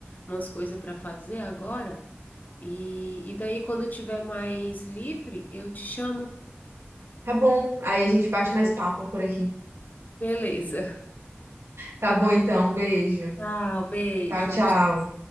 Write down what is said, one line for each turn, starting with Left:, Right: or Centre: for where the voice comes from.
Left: umas coisas para fazer agora. E, e daí, quando eu tiver mais livre, eu te chamo,
Right: Tá bom. Aí a gente bate
Left: tá
Right: mais
Left: bom?
Right: papo por aqui.
Left: Beleza.
Right: Tá bom, então. Beijo.
Left: Tchau, beijo.
Right: Tchau, tchau.